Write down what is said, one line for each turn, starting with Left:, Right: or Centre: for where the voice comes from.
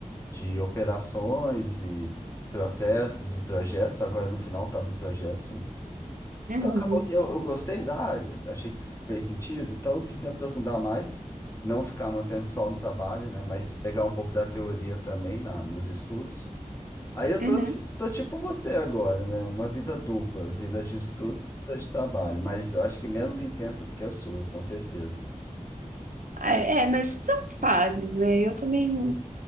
Left: de operações e processos e projetos. Agora, no final, estava em projetos, né?
Right: Uhum,
Left: Então, acabou que eu, eu gostei da área, achei que fez sentido, então eu quis me aprofundar mais, não ficar mantendo só no trabalho, né? Mas pegar um pouco da teoria também na, nos estudos. Aí eu
Right: uhum.
Left: tô, ti- tô tipo você agora, né? Uma vida dupla, vida de estudo, vida de trabalho, mas eu acho que menos intensa do que a sua, com certeza.
Right: Ah, É, é, mas são fases, né? Eu também